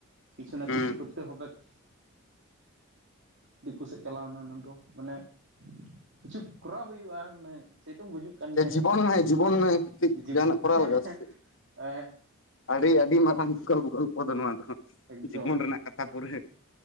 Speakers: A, on the right (about 55°); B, on the left (about 65°).
A: ᱠᱤᱪᱷᱩᱱᱟ
B: ᱦᱩᱸ
A: ᱠᱤᱪᱷᱩ ᱠᱚᱨᱛᱮ ᱦᱚᱵᱮᱠ᱾ <inaudible> ᱫᱤᱠᱩ ᱥᱮᱫ ᱪᱟᱞᱟᱣ ᱮᱱᱟ ᱚᱱᱟ ᱫᱚ ᱢᱟᱱᱮ ᱠᱤᱪᱷᱩ ᱠᱚᱨᱟᱣ ᱦᱳᱭᱳᱜ-ᱟ ᱢᱟᱱᱮ ᱥᱮᱛᱚᱢ ᱜᱩᱡᱩᱜ ᱠᱟᱱ
B: ᱥᱮ
A: ᱜᱮᱭᱟ
B: ᱡᱤᱵᱚᱱ
A: ᱦᱮᱸ
B: ᱦᱮ ᱡᱤᱵᱚᱱ ᱚᱱᱮ
A: ᱵᱟᱝ
B: ᱠᱟᱹᱡ
A: ᱡᱤᱵᱩ
B: ᱡᱟᱦᱟᱱᱟᱜ ᱠᱚᱨᱟᱣ
A: ᱦᱮᱸ
B: ᱞᱟᱜᱟᱜᱼᱟ
A: ᱦᱮᱸ
B: ᱥᱮ
A: ᱮ᱾
B: ᱟᱹᱰᱤ ᱟᱹᱰᱤ ᱢᱟᱨᱟᱝ <unintelligible> ᱜᱚᱞᱯᱚ ᱫᱚ
A: ᱮᱠᱫᱚᱢ
B: ᱡᱤᱵᱚᱱ ᱨᱮᱱᱟᱜ ᱠᱟᱛᱷᱟ ᱠᱚᱨᱮ ᱦᱮᱸ